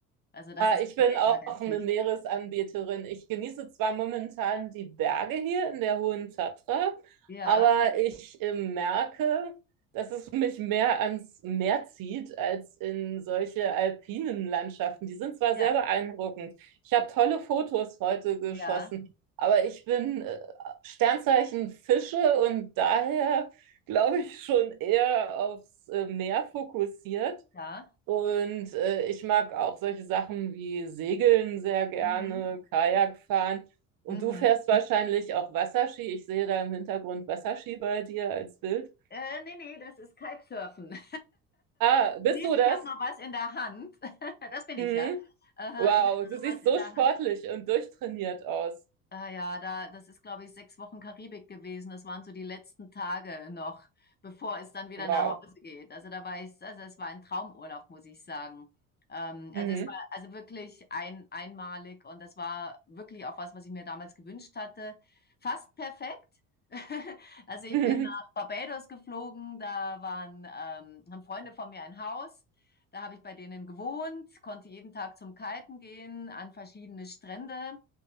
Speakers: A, on the left; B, on the right.
A: Also das
B: Ah,
A: ist
B: ich bin
A: mir
B: auch
A: immer ganz
B: eine
A: wichtig.
B: Meeresanbeterin. Ich genieße zwar momentan die Berge hier in der Hohen Tatra,
A: Ja,
B: aber ich äh, merke, dass es mich mehr ans Meer zieht als in solche alpinen Landschaften. Die sind zwar
A: ja,
B: sehr beeindruckend. Ich habe tolle Fotos heute geschossen,
A: ja,
B: aber ich bin äh, Sternzeichen Fische und daher glaube ich schon eher aufs äh, Meer fokussiert.
A: ja.
B: Und äh, ich mag auch solche Sachen wie Segeln sehr gerne,
A: Mhm.
B: Kajak fahren. Und
A: Mhm.
B: du fährst wahrscheinlich auch Wasserski. Ich sehe da im Hintergrund Wasserski bei dir als Bild.
A: Äh, nee, nee, das ist Kitesurfen. <laughs>
B: Ah, bist
A: Siehst,
B: du das?
A: ich habe noch was in der Hand. <laughs> Das bin
B: Mhm.
A: ich ja. Aha,
B: Wow,
A: ich habe
B: du
A: noch
B: siehst
A: was in
B: so
A: der
B: sportlich
A: Hand.
B: und durchtrainiert aus.
A: Ah ja, da, das ist, glaube ich, sechs Wochen Karibik gewesen. Das waren so die letzten Tage noch, bevor es dann wieder
B: Wow.
A: nach Hause geht. Also da war ich, also es war ein Traumurlaub, muss ich sagen. Ähm,
B: Mhm.
A: also es war also wirklich ein, einmalig und das war wirklich auch was, was ich mir damals gewünscht hatte. Fast perfekt. <laughs> Also ich
B: <laughs> Mhm.
A: bin nach Barbados geflogen, da waren, ähm, haben Freunde von mir ein Haus. Da habe ich bei denen gewohnt, konnte jeden Tag zum Kiten gehen, an verschiedene Strände.